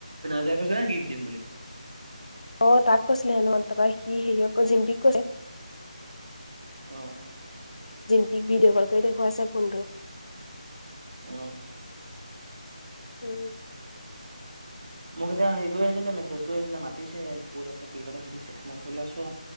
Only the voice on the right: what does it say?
তাই কৰিছিলে নো গিফ্ট দিম বুলি
আহ আহ
আহ
মোক এতিয়া হেৰি কৰি আছিলে মেছেজ কৰি আছিলে মাতিছে ক'ত আছে কি কথা সুধিছে মোক লাইছো।